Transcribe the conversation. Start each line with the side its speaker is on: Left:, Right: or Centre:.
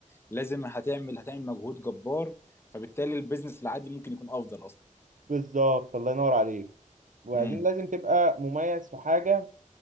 Left: لازم هتعمل هتعمل مجهود جبار فبالتالي البيزنس العادي ممكن يكون افضل اصلا
Right: بالظبط الله ينور عليك وبعدين
Left: امم
Right: لازم تبقى مميز في حاجة